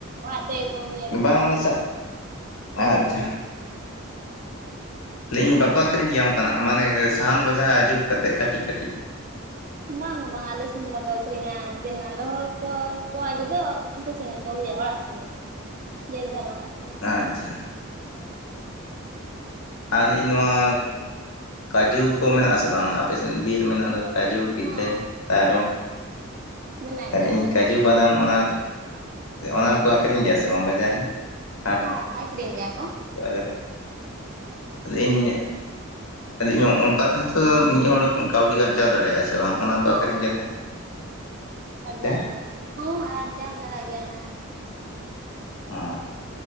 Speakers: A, on the right; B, on the left.
A: ᱚᱲᱟᱜ ᱛᱮᱜᱮ ᱠᱚ ᱟᱜᱩᱭᱟ
B: ᱵᱟᱝ
A: ᱠᱚ
B: ᱚᱱᱟ ᱥᱟ
A: <inaudible> ᱦᱮᱸ
B: ᱟᱪᱪᱷᱟ ᱞᱮ ᱤᱧ ᱵᱟᱠᱚ ᱟᱹᱷᱨᱤᱧ ᱜᱮᱭᱟ ᱚᱱᱠᱟᱱᱟᱜ ᱢᱟᱱᱮ ᱥᱟᱦᱟᱱ ᱵᱚᱡᱷᱟ ᱡᱩᱛ ᱠᱟᱛᱮᱫ ᱠᱟᱹᱴᱤᱡ ᱠᱟᱹᱴᱤᱡ
A: ᱵᱟᱝ ᱵᱟᱝ ᱟᱞᱮ ᱥᱮᱱ ᱫᱚ ᱵᱟᱠᱚ ᱟᱹᱠᱷᱨᱤᱧᱟ ᱛᱱᱟᱹ <inaudible> ᱦᱚᱲ ᱠᱚ ᱠᱚ ᱟᱫ ᱫᱚ ᱤᱱᱠᱟᱹ ᱥᱮᱫ ᱠᱚ ᱟᱜᱩᱭᱟ ᱚᱲᱟᱜ ᱥᱮᱱ ᱜᱮ ᱡᱮᱡᱟᱨ ᱚᱲᱟᱜ ᱥᱮᱱ ᱜᱮ
B: ᱟᱪᱪᱷᱟ
A: ᱦᱮᱸ
B: ᱟᱨ ᱱᱚᱣᱟ ᱠᱟᱹᱡᱩ ᱠᱚ ᱢᱮᱱᱟᱜ ᱟᱥᱮ ᱵᱟᱝ ᱟᱯᱮ ᱥᱮᱫ ᱵᱤᱨ ᱢᱮᱱᱟᱜ ᱫᱚ
A: ᱠᱷᱟᱡᱩᱨ
B: ᱠᱟᱹᱡᱩ ᱠᱤᱛᱟᱹ
A: ᱦᱚᱸ
B: ᱛᱟᱨᱚᱵ
A: ᱢᱮᱱᱟᱜ
B: ᱮ
A: ᱜᱮᱭᱟ
B: ᱤᱧ
A: ᱠᱷᱟᱡᱩᱨ
B: ᱠᱟᱹᱡᱩ
A: ᱵᱤᱞ
B: ᱵᱟᱫᱟᱢ ᱚᱱᱟ ᱚᱱᱟ ᱠᱚ ᱟᱹᱠᱷᱨᱤᱧ ᱜᱮᱭᱟ ᱥᱮ ᱵᱟᱝ ᱵᱟᱡᱟᱨ ᱨᱮ ᱦᱟᱴ
A: ᱦᱩᱸ ᱟᱠᱷᱽᱨᱤᱧ ᱜᱮᱭᱟ ᱠᱚ
B: <unintelligible> ᱞᱟ. ᱭᱮᱫ ᱤᱧ ᱛᱟᱦᱚᱞᱮ ᱚᱝ ᱚᱱᱠᱟ ᱛᱮᱦᱛᱚ ᱢᱤᱫ ᱦᱚᱲ ᱠᱟᱹᱣᱰᱤ ᱟᱨᱡᱟᱣ ᱫᱟᱲᱮᱭᱟᱜᱼᱟ ᱥᱮ ᱵᱟᱝ ᱚᱱᱟ ᱠᱚ
A: ᱦᱚᱸ
B: ᱟᱹᱠᱷᱨᱤᱧ ᱠᱟᱛᱮᱫ <inaudible>
A: ᱟᱨᱡᱟᱣ
B: ᱛᱮ
A: ᱫᱟᱲᱮ ᱦᱩᱸ ᱟᱨᱡᱟᱣ ᱫᱟᱲᱟᱜ ᱜᱮᱭᱟᱹᱭ ᱱᱟᱹᱜ
B: ᱚ